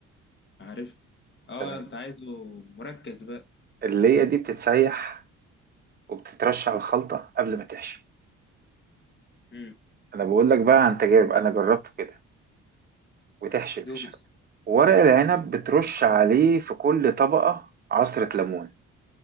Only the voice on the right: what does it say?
تمام
اللية دي بتتسيح وبتترش على الخلطة قبل ما تحشي
أنا بقول لك بقى عن تجارب أنا جربته كده وتحشي يا
باشا ورق
العنب بترش عليه في كل طبقة عصرة ليمون